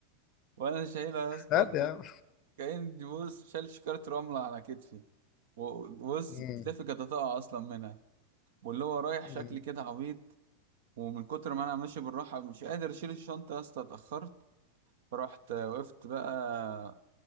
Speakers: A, on the right; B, on the left.
A: <laughs> وانا شايلها يا اسطى
B: هات
A: ك-
B: يا عم
A: كأني بص شايل شكاره رمله على كتفي وبص
B: مم.
A: كتفي كانت هتقع اصلا منها واللي هو رايح
B: مم.
A: شكلي كده عبيط ومن كتر ما انا ماشي بالراحه مش قادر اشيل الشنطه يا اسطى اتاخرت فرحت وقفت بقى